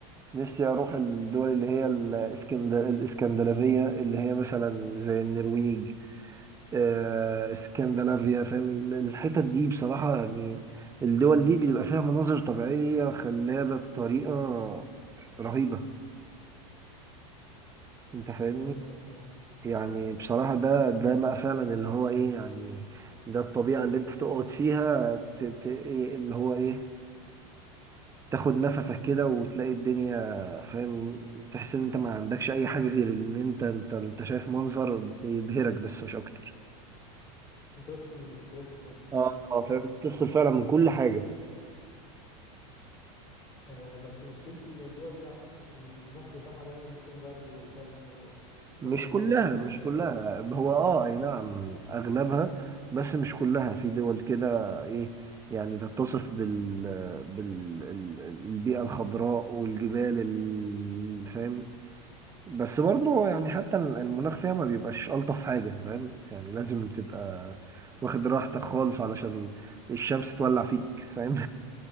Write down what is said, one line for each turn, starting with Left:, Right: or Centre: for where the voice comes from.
Right: نفسي اروح الدول اللي هي الاسكند... الاسكندنافيه اللي هي مثلا زي النرويج آه، اسكندنافيا فاهم ال- الحتت دي بصراحه يعني الدول دي بيبقى فيها مناظر طبيعيه خلابه بطريقه رهيبه انت فاهمني
Left: فهمتك اه
Right: يعني بصراحه ده ده بقى فعلا اللي هو ايه يعني ده الطبيعه اللي انت تقعد فيها ت... ت... إيه اللي هو ايه تاخد نفسك كده وتلاقي الدنيا فاهم تحس ان انت ما عندكش اي حاجة غير ان انت انت انت شايف منظر يبهرك بس مش اكتر
Left: وتفصل من الاسترس والحياة
Right: اه
Left: والمجهود
Right: اه فاهم
Left: وكده
Right: تفصل فعلا من كل حاجه
Left: آه بس مشكلة الدول دي أعتقد المناخ بتاعها دايما بيكون برد وتلج
Right: مش
Left: ومعظم
Right: كلها
Left: يعني
Right: مش
Left: فصول
Right: كلها
Left: السنة
Right: هو اه اي نعم اغلبها بس مش كلها في دول كده ايه يعني تتصف بال بال ال- البيئة الخضراء والجبال ال- فاهم بس برضه يعني حتى المناخ فيها ما بيبقاش ألطف حاجة فاهم يعني لازم تبقى واخد راحتك خالص علشان الشمس تولع فيك فاهم